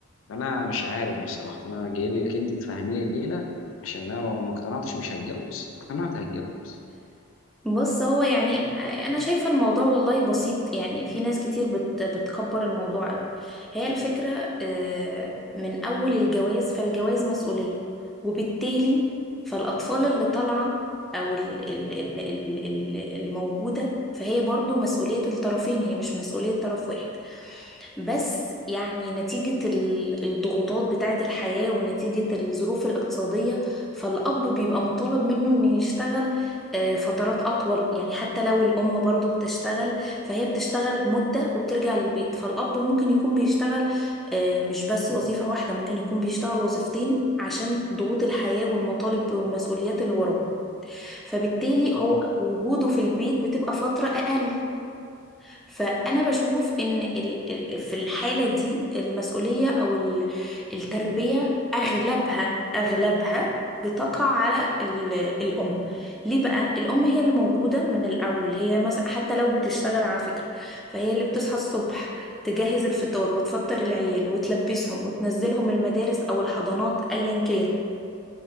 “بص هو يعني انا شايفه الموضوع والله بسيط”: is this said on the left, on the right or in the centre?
Centre